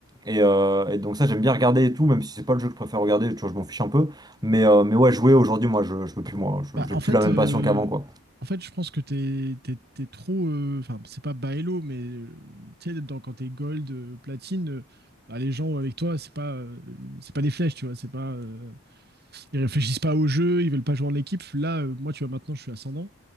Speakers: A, on the right; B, on the right.
A: Et, euh, et donc ça j'aime bien regarder et tout, même si c'est pas le jeu que je préfère regarder, tu vois, je m'en fiche un peu. Mais, euh, mais ouais, jouer aujourd'hui, moi je, je peux plus, moi, Je-
B: Bah,
A: j'ai
B: en
A: plus
B: fait,
A: la même
B: euh,
A: passion qu'avant, quoi.
B: en fait, je pense que t'es, t'es, t'es trop. euh, Enfin, c'est pas bas elo, mais euh, tu sais, dans- quand t'es gold, euh, platine. euh, bah, les gens avec toi, c'est pas, euh, c'est pas des flèches, tu vois, c'est pas, euh, ils réfléchissent pas au jeu, ils veulent pas jouer en équipe. Là, euh, moi, tu vois, maintenant, je suis ascendant,